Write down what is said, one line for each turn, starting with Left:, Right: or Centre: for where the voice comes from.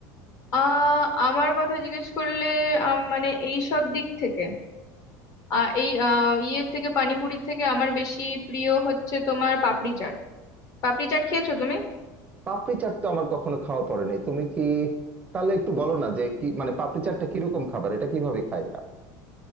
Left: আহ আমার কথা জিজ্ঞেস করলে আম, মানে এই সব দিক থেকে আহ এই আহ ইয়ের থেকে পানিপুরির থেকে আমার বেশি প্রিয় হচ্ছে তোমার পাপড়ি চাট পাপড়ি চাট খেয়েছো তুমি
Right: পাপড়ি চাট তো আমার কখনো খাওয়া পড়েনি তুমি কি তাহলে একটু বলো না যে কি মানে পাপড়ি চাটটা কিরকম খাবার এটা কিভাবে খাই আ-